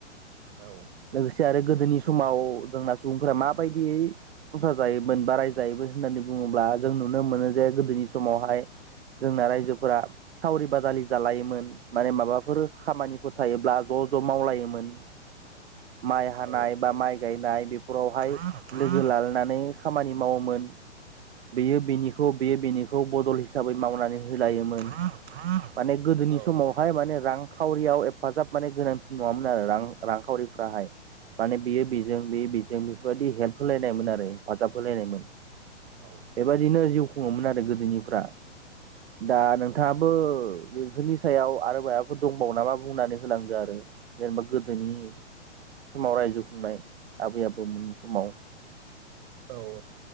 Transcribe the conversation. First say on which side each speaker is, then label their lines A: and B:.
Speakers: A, on the right; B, on the right.
A: औ
B: लोगोसे आरो गोदोनि समाव जोंना सुबुंफोरा माबायदियै संसार जायोमोन बा रायजायोमोन होननानै बुङोब्ला जों नुनो मोनो जे गोदोनि समावहाय जोंना रायजोफोरा सावरि बादालि जालायोमोन माने माबाफोर खामानिफोर थायोब्ला ज' ज' ज' मावलायोमोन माइ हानाय
A: औ
B: बा माइ गायनाय बेफोरावहाय लोगो लालानानै खामानि मावोमोन बेयो बेनिखौ बेयो बेनिखौ बदल हिसाबै मावनानै होलायोमोन माने गोदोनि
A: औ
B: समावहाय
A: औ
B: माने। रांखावरियाव हेफाजाब माने गोनांथि नङामोन आरो रां रांखावरिफ्राहाय। माने बेयो
A: उम,
B: बेजों बेयो बेजों बेफोरबायदि हेल्प होलायनायमोन आरो हेफाजाब होलायनायमोन।
A: औ
B: बेबायदिनो जिउ खुङोमोन आरो गोदोनिफ्रा। दा नोंथाङाबो बेफोरनि सायाव आरो माबाफोर दंबावो नामा बुंनानै होलांदो आरो। जेनेबा गोदोनि। समाव रायजो खुंनाय आबै आबौमोननि समाव।
A: औ औ